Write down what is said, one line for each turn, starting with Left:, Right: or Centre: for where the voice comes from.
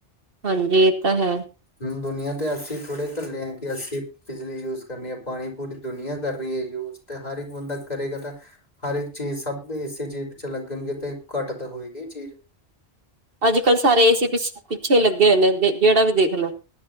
Right: ਹਾਂਜੀ ਇਹ ਤਾਂ ਹੈ
Left: ਹੂ ਦੁਨੀਆਂ ਤੇ ਅਸੀਂ ਥੋੜੇ ਕੱਲੇ ਆਂ, ਕਿ ਅਸੀਂ ਬਿਜਲੀ ਯੂਜ ਕਰਨੀ ਐ, ਪਾਣੀ ਪੂਰੀ ਦੁਨੀਆਂ ਕਰ ਰਹੀ ਹੈ ਯੂਜ, ਤੇ ਹਰ ਇੱਕ ਬੰਦਾ ਕਰੇਗਾ ਤਾਂ ਹਰ ਇੱਕ ਚੀਜ਼ ਸਭ ਇਸੇ ਚੀਜ਼ ਵਿੱਚ ਲੱਗਣਗੇ ਤੇ ਘੱਟ ਤਾਂ ਹੋਏਗੀ ਚੀਜ਼
Right: ਅੱਜ ਕੱਲ੍ਹ ਸਾਰੇ ਏ ਸੀ ਪਿੱਛੇ ਲੱਗੇ ਹੋਏ ਨੇ, ਜਿਹੜਾ ਵੀ ਦੇਖ ਲੋ।